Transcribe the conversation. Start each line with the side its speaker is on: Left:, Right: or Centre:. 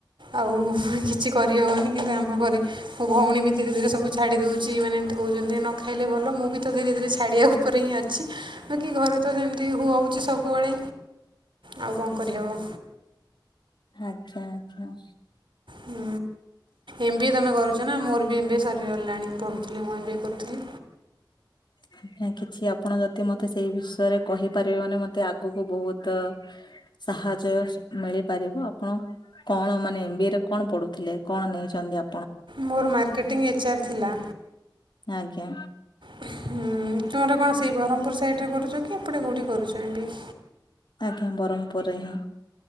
Right: ଆଉ କିଛି କରିହବନି କିନ୍ତୁ ଆମ ଘରେ ମୋ ଭଉଣୀ ବି ଧୀରେ ଧୀରେ ସବୁ ଛାଡ଼ିଦଉଛି ମାନେ ମତେ କହୁଛନ୍ତି ନ ଖାଇଲେ ଭଲ ମୁଁ ବି ତ ଧୀରେ ଧୀରେ ଛାଡ଼ିବା ଉପରେ ହିଁ ଅଛି ବାକି ଘରେ ତ ସେମିତି ହୁ ହଉଚି ସ କୁଆଳେ ଆଉ କଣ କରିହେବ?
Left: ଆଚ୍ଛା ଆଚ୍ଛା।
Right: ହୁଁ। ଏମ ବି ଏ ତମେ କରୁଛ ନା ମୋର ଏମ ବି ଏ ସରିଗଲାଣି ପଢ଼ୁଥିଲି ମୁଁ ଏମ ବିଏ କରୁଥିଲି।
Left: ଆଜ୍ଞା କିଛି ଆପଣ ଯଦି ମତେ ସି ସେଇ ବିଷୟରେ କହିପାରିବେ ମାନେ ମତେ ଆଗକୁ ବହୁତ। ସାହାଯ୍ୟ ମିଳିପାରିବ ଆପଣ। କଣ ମାନେ ଏମ ବି ଏ ରେ କଣ ପଢ଼ୁଥିଲେ କଣ ନେଇଛନ୍ତି ଆ
Right: ମୋର ମାର୍କେଟିଙ୍ଗ ଏଚ ଆର୍ ଥିଲା।
Left: ଆଜ୍ଞା।
Right: ହୁଁ ତୁମର କଣ ସେଇ ବରମପୁର ସାଇଡରେ କରୁଛ କି ଏପଟେ କୋଉଠି କରୁଛ ଏମ ବି ଏ।
Left: ଆଜ୍ଞା ବରମପୁରରେ ହିଁ।